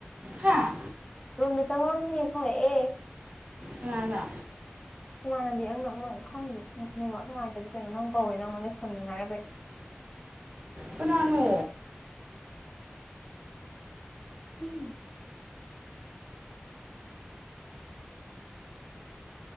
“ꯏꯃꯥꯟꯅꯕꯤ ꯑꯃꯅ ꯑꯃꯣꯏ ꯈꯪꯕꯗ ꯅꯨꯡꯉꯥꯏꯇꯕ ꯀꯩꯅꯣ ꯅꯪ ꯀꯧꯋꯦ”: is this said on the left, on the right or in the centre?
Left